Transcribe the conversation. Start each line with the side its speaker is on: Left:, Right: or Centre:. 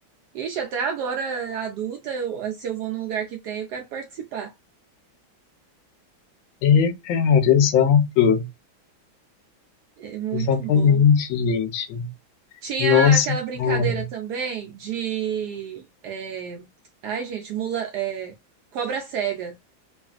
Right: Ixi, até agora, adulta, eu- se eu vou num lugar que tem, eu quero participar.
Left: É, cara, exato.
Right: É muito
Left: Exatamente,
Right: bom.
Left: gente.
Right: Tinha
Left: Nossa,
Right: aquela brincadeira
Left: cara.
Right: também de. é, Ai, gente, mula. é, Cobra cega.